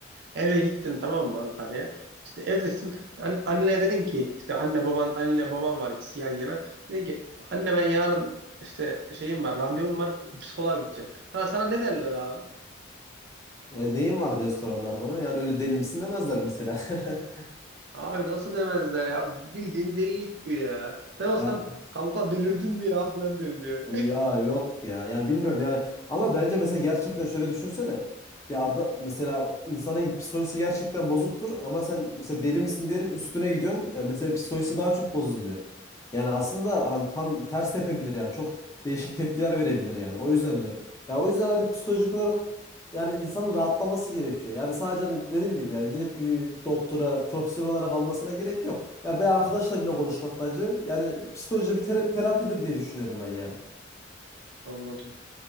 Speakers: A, on the right; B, on the left.
A: eve gittin tamam mı Ankara'ya? İşte evdesin. An annene dedin ki işte anne baban anne baban var ikisi yan yana. Dedin ki anne ben yarın işte şeyim var randevum var psikoloğa gideceğim. Ha, sana ne derler abi?
B: E, neyin var diye sorarlar bana. Yani öyle deli misin demezler mesela. <laughs>
A: Abi nasıl demezler ya? Bildiğin delilik bu ya. Ben olsam
B: Ya
A: kanka delirdin mi ya falan derim yani.
B: Ya yok ya. Ya bilmiyorum yani. Ama bence mesela gerçekten şöyle düşünsene. Ya ada, mesela insanın psikolojisi gerçekten bozuktur ama sen mesela deli misin diyerek üstüne gidiyorsun. E, Mesela psikolojisi daha çok bozuluyor. Yani aslında hani tam ters tepebilir yani. Çok değişik tepkiler verebilir yani. O yüzden diyorum. Ya o yüzden hadi psikolojik olarak yani insanın rahatlaması gerekiyor. Yani sadece hani dediğim gibi yani gidip bir doktora profesyonel olarak almasına gerek yok. Ya bir arkadaşla bile konuşmak bence yani psikoloji bir tera- terapidir diye düşünüyorum ben yani.
A: <laughs> Anladım.